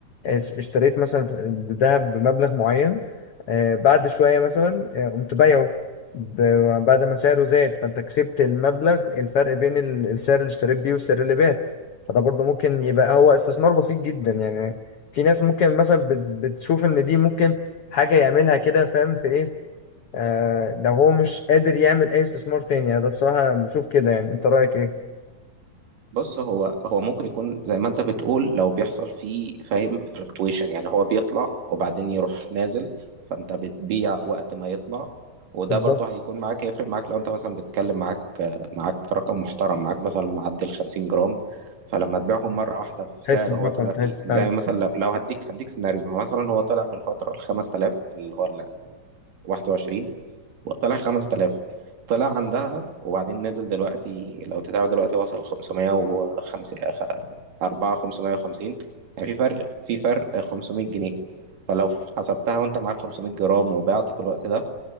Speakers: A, on the left (about 80°); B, on the right (about 70°).
A: اس- اشتريت مثلا في- الذهب بمبلغ معين آه، بعد شويه مثلا آه، قمت بايعه ب- بعد ما سعره زاد فانت كسبت المبلغ الفرق بين ال- السعر اللي اشتريت بيه والسعر اللي بعت فده برضه ممكن يبقى هو استثمار بسيط جدا يعني في ناس ممكن مثلا بت- بتشوف ان دي ممكن حاجه يعملها كده فاهم في ايه آه لو هو مش قادر يعمل اي استثمار تاني يعني ده بصراحه بشوف كده يعني انت رايك ايه
B: بص هو هو ممكن يكون زي ما انت بتقول لو بيحصل فيه فاهم فلكتويشن يعني هو بيطلع وبعدين يروح نازل فانت بتبيع وقت ما يطلع وده
A: بالظبط
B: برضه هيكون معاك هيفرق معاك لو انت مثلا بتتكلم معاك معاك رقم محترم معاك مثلا معدل 50 جرام فلما تبيعهم مرة واحدة في
A: تحس
B: سعر
A: ببقى
B: هو طلع
A: تحس
B: فيه
A: فعلا
B: زي مثلا لو لو هديك هديك سيناريو هو مثلا هو طلع من فترة ل 5000 اللي هو ال 21 طلع 5000 طلع عندها وبعدين نزل دلوقتي لو تتابع دلوقتي وصل 505 4 550 يعني في فرق في فرق 500 جنيه فلو حسبتها وانت معاك 500 جرام وبعت في الوقت ده